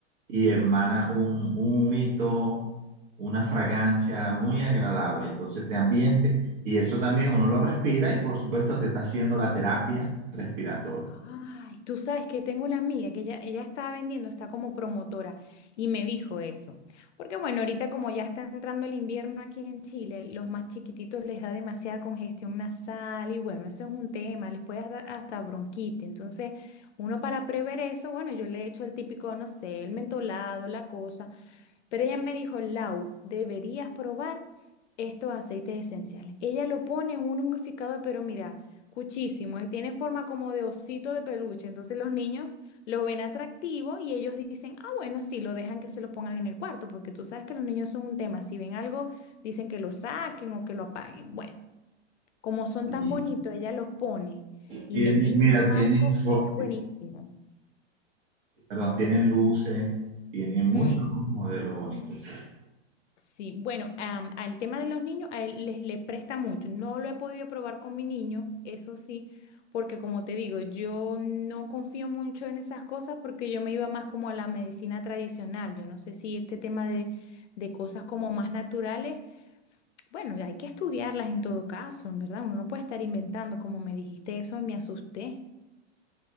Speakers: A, on the right; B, on the left.
A: y emana un, un humito, una fragancia muy agradable. Entonces te ambiente y eso también uno lo respira y por supuesto te está haciendo la terapia respiratoria.
B: Ay, tú sabes que tengo una amiga que ella, ella estaba vendiendo, está como promotora y me dijo eso. Porque bueno, ahorita como ya está entrando el invierno aquí en Chile, los más chiquititos les da demasiada congestión nasal y bueno, eso es un tema, les puede dar hasta bronquitis. Entonces, uno para prever eso, bueno, yo le he hecho el típico, no sé, el mentolado, la cosa. Pero ella me dijo, Lau, deberías probar estos aceites esenciales. Ella lo pone en un humidificador, pero mira, cuchísimo, eh, tiene forma como de osito de peluche. Entonces los niños lo ven atractivo y ellos dicen, ah, bueno, sí, lo dejan que se lo pongan en el cuarto, porque tú sabes que los niños son un tema. Si ven algo, dicen que lo saquen o que lo apaguen. Bueno, como son tan
A: Y
B: bonitos, ella los pone y
A: tienen,
B: me dice,
A: mira,
B: Marcos,
A: tienen, fo-
B: que es buenísimo.
A: ti- perdón, tienen luces, tienen muchos
B: Mm.
A: modelos bonitos.
B: Sí, bueno, am, al tema de los niños, a él les le presta mucho. No lo he podido probar con mi niño, eso sí, porque como te digo, yo no confío mucho en esas cosas porque yo me iba más como a la medicina tradicional. Yo no sé si este tema de, de cosas como más naturales, bueno, hay que estudiarlas en todo caso, ¿verdad? Uno no puede estar inventando, como me dijiste eso, me asusté.